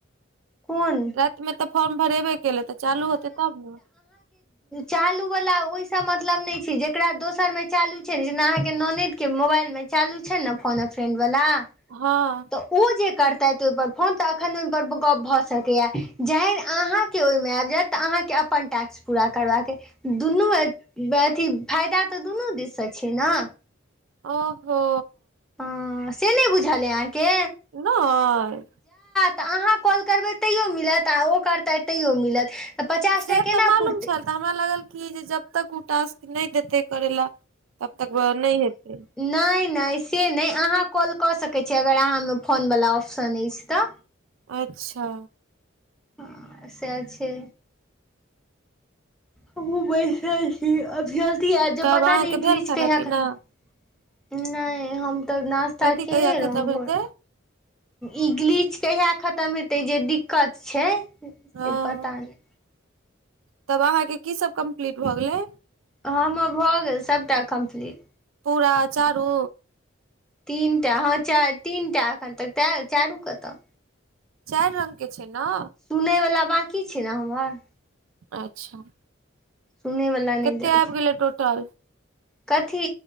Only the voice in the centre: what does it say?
कोन
चूलू वाल ओहि मतलब नहि छै जेकरा दोसर मे चालू छै जेना अहाँके के मोबाइल मे चालू छै ने फोन फ्रेंड वाला
तऽ ओ जे करतथिहि पर फोन तऽ अखन ओहि परर गप भऽ सकैया जखन अहाँके ओहिमे आबि जायत तऽ अहाँके अपन टैक्स पूरा करबाक छै दुनू अथी फायदा तऽ दुनू दिशसँ छै ने
हँ से नहि बुझल यो आहाके
तऽ अहाँ कॉल करबै तैयो मिलत आ ओ करतै तैयो मिलत तऽ पचास
टा केना
पुरतै
नहि नहि से नहि अहाँ कॉल कऽ सकैत छीियै अगर अहाँमे फोनवला ऑप्शन अछि तऽ
हँ सएह छै हमुह बैसल छी अभी हो ज
पता
न इंगलिश
कहिया
खतम नहि हम तऽ नास्ता
केने
रहौ भोर
ईगलीच कहिया खतम हेतै जे दिक्कत छै से
पता नहि
हमर भऽ गेल सभटा कम्प्लीट
तीन टा हँ तीन टा एखन तक त चारू कतऽ
सुनैवला बाँकी छै ने हमर
सुनयवला नहि
देलखिन
कथी